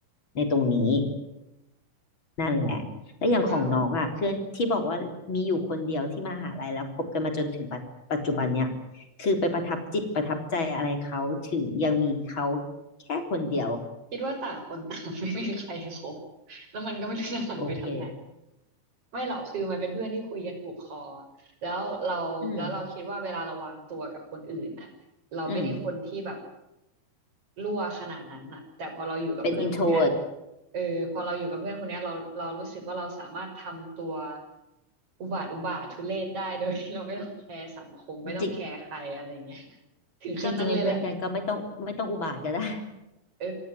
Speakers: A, on the left; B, on the right.
A: ในตรงนี้นั่นแหละและอย่างของน้องอ่ะเพื่อนที่บอกว่ามีอยู่คนเดียวที่มหาลัยแล้วคบกันมาจนถึงปัจปัจจุบันเนี่ย
B: แล้ว
A: คือไปประทับจิตประทับใจอะไรเขาถึงยังมีเขาแค่คนเดียว
B: คิดว่าต่างคนต่าง <laughs> ไม่มีใครคบ <laughs> แล้วมันก็ไม่รู้จะหันไปทางไหน
A: โอเค
B: ไม่หรอกคือมันเป็นเพื่อนที่คุยกันถูกคอแล้วเราแล้วเราคิดว่าเวลาเราวางตัวกับคนอื่นน่ะเราไม่ได้คนที่แบบ
A: อืมอืม
B: รั่วขนาดนั้นน่ะแต่พอเราอยู่กับเพื่อนคนเนี้ย
A: เป็น introvert
B: เออพอเราอยู่กับเพื่อนคนเนี้ยเราเรารู้สึกว่าเราสามารถทำตัวอุบาทอุบาททุเรศได้ <laughs> โดยที่เราไม่ต้องแคร์สังคมไม่ต้องแคร์ใครอะไรเงี้ย
A: จริง
B: ถึงขั้นนั้นเลยแหละ
A: จริงๆเป็นเพื่อนกันก็ไม่ต้องไม่ต้องอุบาทก็ได้
B: เออ